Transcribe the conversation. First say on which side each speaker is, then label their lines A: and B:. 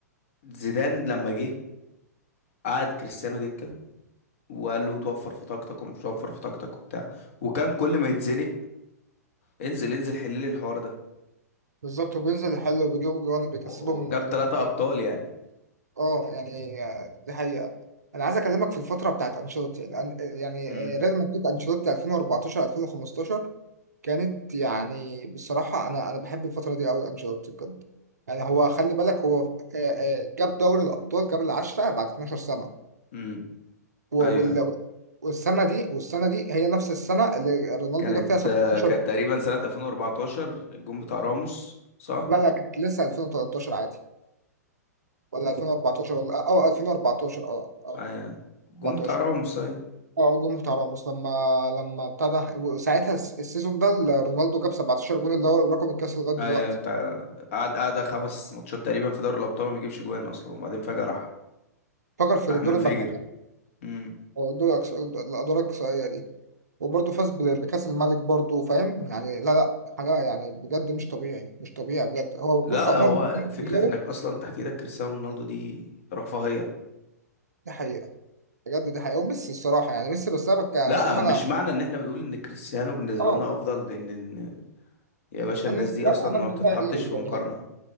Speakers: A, on the left; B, on the right.
A: زيدان لما جه قعد كريستيانو دكة وقال له توفر في طاقتك ومش توفر في طاقتك وبتاع وكان كل ما يتزنق انزل انزل حل لي الحوار ده
B: بالظبط وبينزل يحل وبيجيبوا جوان وبيكسبهم
A: و- وجاب
B: الماتشات
A: ثلاثة أبطال يعني
B: اه يعني آه، دي حقيقة انا عايز اكلمك في الفترة بتاعت انشيلوتي يعني يعني
A: امم
B: آه، ريال مدريد انشيلوتي 2014 2015 كانت يعني بصراحة أنا أنا بحب الفترة دي أوي لأنشيلوتي بجد يعني هو خلي بالك هو آه، آه، جاب دوري الأبطال جاب العشرة بعد 12 سنة
A: امم
B: و-
A: أيوه
B: وال-
A: أيوه
B: والسنة دي والسنة دي هي نفس السنة اللي رونالدو
A: كانت
B: جاب فيها 17
A: آه، كانت تقريبا سنة 2014 الجون بتاع راموس صح؟
B: لا لا كانت لسه 2013 عادي ولا 2014 ولا أه 2014 أه أه
A: أيوه الجون
B: 14
A: بتاع راموس أيوه
B: اه الجون بتاع راموس لما لما ابتدى وساعتها الس- السيزون ده اللي رونالدو جاب 17 جون اللي هو الرقم القياسي لغايه
A: أيوه
B: دلوقتي
A: بتاع قعد قعد خمس ماتشات تقريبا في دوري الأبطال وما بيجيبش جوان أصلا وبعدين فجأة راح
B: فجر في
A: راح منفجر
B: دور المجموعات
A: امم
B: أو دور الأقص- الادوار الاقصائيه دي وبرضه فاز ب- بكأس الملك برضه فاهم يعني لا لا حاجة يعني بجد مش طبيعي مش طبيعي بجد هو
A: لا
B: بص عموما
A: هو
B: بيكون
A: فكرة
B: بيجاره
A: إنك أصلا تحت إيدك كريستيانو رونالدو دي رفاهية
B: دي حقيقة بجد دي حقيقة وميسي الصراحة يعني ميسي بس أنا بك- يعني
A: لا
B: الصراحة
A: مش
B: أنا
A: معنى ان احنا بنقول ان كريستيانو بالنسبه
B: أه
A: لنا افضل لان إن- يا باشا
B: أنا
A: الناس
B: انتمائي-
A: دي اصلا
B: أنا
A: ما
B: انتمائي
A: بتتحطش في
B: لرونالدو
A: مقارنه